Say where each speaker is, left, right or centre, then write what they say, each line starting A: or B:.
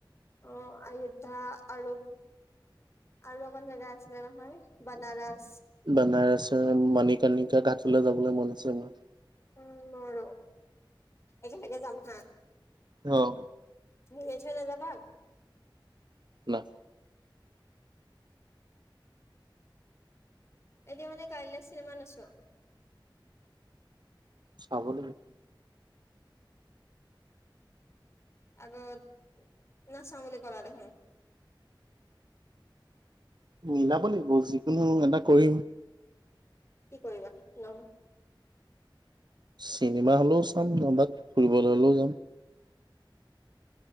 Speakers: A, on the left; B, on the right.
A: অঁ আয়োধ্যা আৰু আৰু অকন জেগা আছিলে নহয় বনাৰস।
B: বনাৰসৰ মণিকণিকা ঘাটলে যাবলে মন আছে মোৰ।
A: উম মোৰো, একেলগে যাম হা।
B: অঁ।
A: মোক এৰি থৈ নাযাবা আকৌ।
B: না।
A: এতিয়া মানে কাইলে চিনেম নোচোৱা?
B: চাব লাগিব।
A: আগত নাচাও বুলি ক'লা দেখোন।
B: মিলাব লাগিব যিকোনো এটা কৰিম।
A: কি কৰিবা? হেল্ল'।
B: চিনেমা হলেও চাম নহবা ফুৰিবলে হ'লেও যাম।